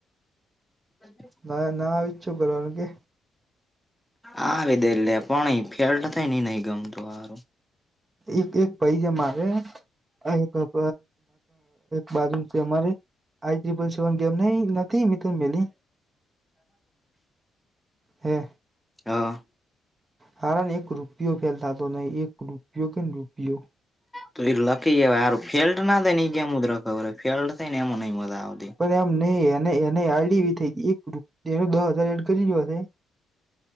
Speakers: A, in the centre; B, on the right.
A: <unintelligible>
B: ના ના આવી જ છું કરવાનું કે.
A: હ દે પણ ફેલ થાય નઈ નહી ગમતુ, સારુ
B: એક એક પાઈ છે, મારે એક એક બાજુ અમા આપલ સેવ ગમ ત મ મલી હે
A: હા.
B: કારણ એક રૂપિયો ફ થતો નહી એક રૂપિયો કેને રૂપિયો.
A: તો એ લખી ગારું ફેલ્ડ ના થાય એ ગેમ જ રખ ફેલ્ડ થઈ ને એમાં નઈ મજા આવતી.
B: પણ આમ નહી એને એને આડી એવી થઈ એક રૂ એ દ હજાર એડ કરી જોવા.